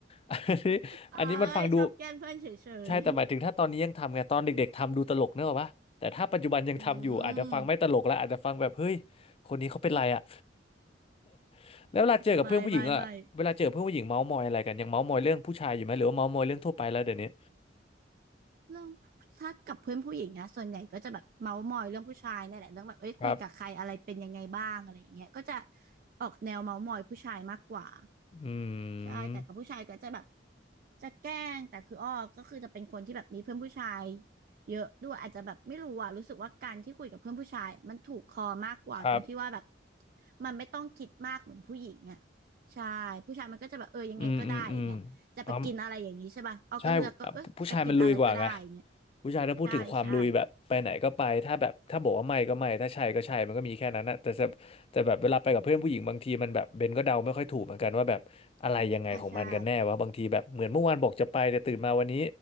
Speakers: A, on the left; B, on the right.
A: <laughs> อันนี้อันนี้มันฟังดู
B: เอ้ยชอบแกล้งเพื่อนเฉ
A: ใช่แต่หมายถึงถ้าตอนนี้ยังทำไงตอนเด็กๆทำดูตลกเนกอะปะแต่ถ้าปัจจุบันยังทำอยู่อาจจะฟังไม่ตลกแล้วอาจจะฟังแบบเฮ้ย
B: ยๆอืม
A: คนนี้เขาเป็นไรอ่ะ <laughs> แล้วเวลาเจอกับเพื่อนผู้หญิงอ่ะเวลาเจอเพื่อนผู้หญิงเมาส์มอยอะไรกันยังเมาส์มอยเรื่องผู้ชายอยู่ไหมหรือว่าเมาส์มอยเรื่องทั่วไปแล้วเดี๋ยวนี้
B: ไม่ไม่ไม่ เรื่องถ้ากับเพื่อนผู้หญิงนะส่วนใหญ่ก็จะแบบเมาท์มอยเรื่องผู้ชายนี่แหละเรื่องแบบเอ้ยคุยกับใครอะไรเป็นยังไงบ้างอะไรอย่างเงี้ยก็จะ
A: ครับ
B: ออกแนวเมาท์มอยผู้ชายมากกว่า
A: อื
B: ใช่แต่กับผู้ชายก็จะแบบ
A: ม
B: จะแกล้งแต่คืออ้อก็คือจะเป็นคนที่แบบมีเพื่อนผู้ชายเยอะด้วยอาจจะแบบไม่รู้อ่ะรู้สึกว่าการที่คุยกับเพื่อนผู้ชายอะมันถูกคอมากกว่าตรงที่ว่าแบบ
A: ครับ
B: มันไม่ต้องคิดมากเหมือนผู้หญิงอ่ะใช่ผู้ชายมันก็จะแบบเออยังไงก็ได้อย่างเงี้ยจะไปกินอะไรอย่างนี้ใช่ป่ะอ้อก็เลือกก็เอ้ยจะกินอะไรก็ได้อย่างเงี้ย
A: อืมอืมอืมอ๋อ ใช่อ่ะผู้ชายมันลุยกว่าไงผู้ชายถ้าพูดถึงความลุยแบบไปไหนก็ไปถ้าแบบถ้าบอกว่าไม่ก็ไม่ถ้าใช่ก็ใช่มันก็มีแค่นั้นนะแต่แต่แต่แบบเวลาไปกับเพื่อนผู้หญิงบางทีมันแบบเบนก็เดาไม่ค่อยถูกเหมือนกันว่าแบบอะไรยังไงของมันกันแน่วะบางทีแบบเหมือนเมื่อวานบอกจะไปแต่ตื่นมาวันนี้
B: ใช่ใช่อ่าใช่